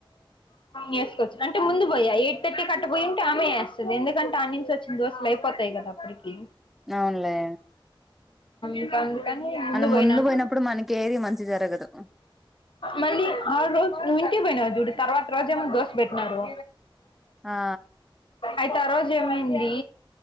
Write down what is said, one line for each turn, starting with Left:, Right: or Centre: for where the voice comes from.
Left: వేసుకోవచ్చు అంటే ముందు పోయా ఎయిట్ థర్టీ కట్ట పోయి ఉంటే ఆమె వేస్తది ఎందుకంటే ఆ నుంచి వచ్చ దోశలు అయిపోతాయి కదా అప్పటికి
Centre: అవునులే
Left: ఇంకా కానీ ముందు
Centre: మనం
Left: పోయినానా
Centre: పోయినప్పుడు మనకి ఏది మంచి జరగదు
Left: మళ్ళీ ఆ రోజు నువ్వు ఇంటికి పోయినవు చూడు తర్వాత రోజే మాకు దోశ పెట్టినారు
Centre: ఆ
Left: అయితే ఆ రోజు ఏమైంది